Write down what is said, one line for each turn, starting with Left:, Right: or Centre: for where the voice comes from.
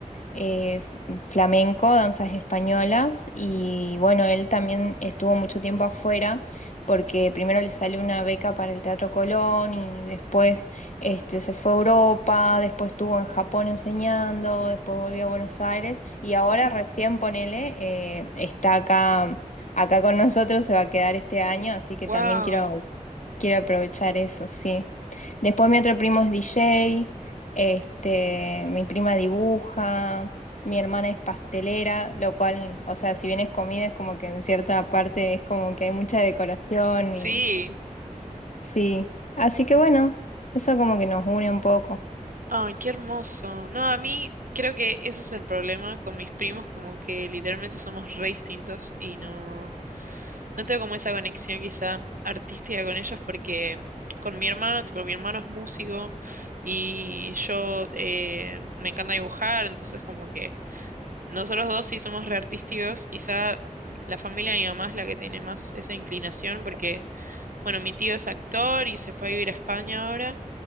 Left: eh, f- flamenco, danzas españolas, y bueno, él también estuvo mucho tiempo afuera porque primero le salió una beca para el Teatro Colón y después este, se fue a Europa, después estuvo en Japón enseñando, después volvió a Buenos Aires y ahora recién, ponele, eh, está acá acá con nosotros, se va a quedar este año, así que
Right: wow.
Left: también quiero Quiero aprovechar eso, sí. Después mi otro primo es DJ, este, mi prima dibuja, mi hermana es pastelera, lo cual, o sea, si bien es comida, es como que en cierta parte es como que hay mucha decoración
Right: Sí.
Left: y sí. Así que bueno, eso como que nos une un poco.
Right: Ay, qué hermoso. No, a mí creo que ese es el problema con mis primos, como que literalmente somos re distintos y no, no tengo como esa conexión quizá artística con ellos porque con mi hermano, tipo, mi hermano es músico y yo eh, me encanta dibujar, entonces como que nosotros dos sí somos re artísticos, quizá la familia de mi mamá es la que tiene más esa inclinación porque, bueno, mi tío es actor y se fue a vivir a España ahora.